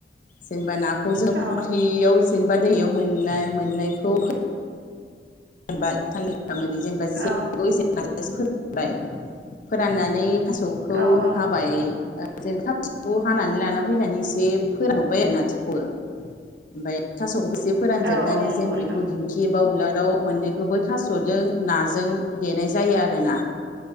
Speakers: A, on the left; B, on the right.
A: जेनेबा नाखौ फुख्रियाव
B: औ
A: जेनेबा दैयाव मोननाय मोननायखौ <unintelligible> <unintelligible> फोरानबाय
B: औ
A: फोराननानै। थास'खौ
B: औ औ
A: हाबाय ज थास'खौ हानानै लाना फैनानै एसे फोरानब्रबबाय आरो नाथुरखौ ओमफ्राय थास'खौ ज फोरानजोबनानै
B: औ औ नंगौ
A: जेन
B: नोंथां
A: बेखौ दिंखि एबा बा अनलाखौ मोनोनैखौबो थास'दों नाजों देनाय जायो आरोना